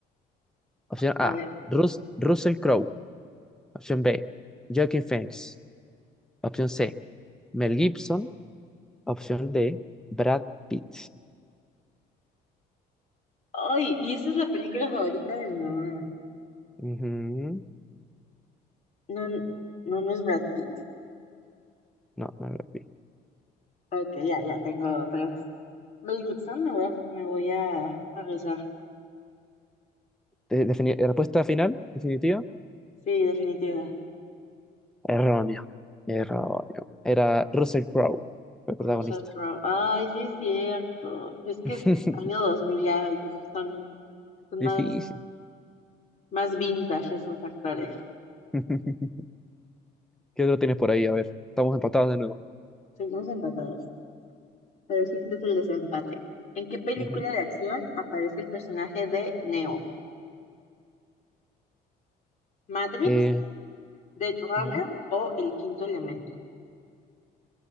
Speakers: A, in the centre; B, on the left.
A: Opción
B: A
A: A,
B: ver.
A: Rus- Russell Crowe. Opción B, Joaquin Phoenix. Opción C, Mel Gibson. Opción D, Brad Pitt.
B: Ay, y esa es la película favorita de mi mamá.
A: Ujú.
B: No, no, no es Brad Pitt.
A: No, no Brad Pitt.
B: Ok, ya, ya tengo tres. Mel Gibson, me voy a, me voy a arriesgar.
A: De- defini- respuesta final, definitiva.
B: Sí, definitiva.
A: Erróneo. Erróneo. Era Russell Crowe, el protagonista.
B: Russell Crowe. Ay, sí es cierto. Es
A: <laughs>
B: que el año 2000 ya son, son
A: Difícil.
B: más, más vintage esos actores.
A: <laughs> ¿Qué otro tienes por ahí? A ver, estamos empatados de nuevo.
B: Seguimos empatados. Pero sí, este es el desempate. ¿En qué película
A: Ujú.
B: de acción aparece el personaje de Neo? ¿Matrix,
A: Eh,
B: Dead Runner
A: ujú.
B: o El Quinto Elemento.